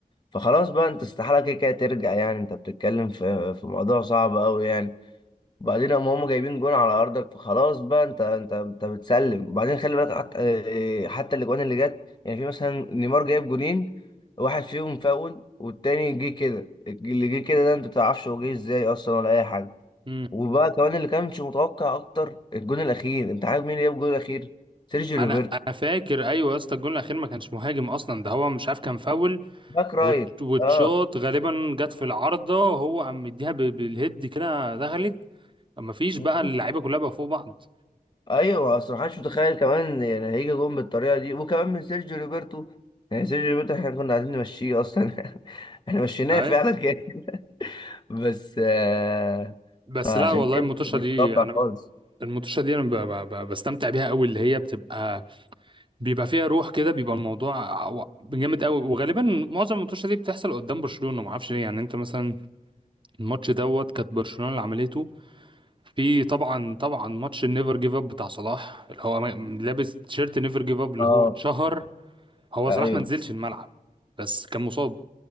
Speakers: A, on the left (about 30°); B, on the right (about 30°).
A: فخلاص بقى انت استحاله كده كده ترجع يعني انت بتتكلم في في موضوع صعب قوي يعني وبعدين هم هم جايبين جون على ارضك فخلاص بقى انت انت انت بتسلم وبعدين خلي بالك حتى إيه، حتى الاجوان اللي جت يعني في مثلا نيمار جايب جونين واحد فيهم فاول والتاني جه كده اللي جه كده ده انت ما بتعرفش هو جه ازاي اصلا ولا اي
B: مم.
A: وبقى كمان اللي كانش متوقع اكتر الجون الاخير انت عارف مين اللي جاب الجون الاخير سيرجيو
B: انا
A: روبرتو
B: انا فاكر ايوه يا اسطى الجون الاخير ما كانش مهاجم اصلا ده هو مش عارف كان فاول
A: باك رايت
B: وت- وتشوت
A: اه
B: غالبا جت في العارضة هو قام مديها ب- بالهيد كده دخلت مفيش
A: مم.
B: بقى اللعيبة كلها بقى فوق بعض
A: ايوه اصل ما حدش متخيل كمان يعني هيجي جون بالطريقه دي وكمان من سيرجيو روبرتو يعني سيرجيو روبرتو احنا كنا عايزين نمشيه اصلا <laughs> احنا مشيناه
B: اهي
A: فعلا كده <laughs> بس آه
B: بس
A: فعشان
B: لا والله
A: كده
B: المطوشة
A: مش
B: دي
A: متوقع
B: انا ب-
A: خالص
B: المطوشة دي انا ب- ب- ب- بستمتع بيها قوي اللي هي بتبقى بيبقى فيها روح كده بيبقى الموضوع و- جامد قوي وغالبا معظم المطوشة دي بتحصل قدام برشلونة ما اعرفش ليه يعني انت مثلا الماتش دوت كانت برشلونة اللي عملته في طبعا طبعا ماتش النيفر جيف اب بتاع صلاح اللي هو لابس تيشيرت نيفر جيف اب اللي
A: اه
B: هو اتشهر هو
A: ايوه
B: صلاح ما نزلش الملعب بس كان مصاب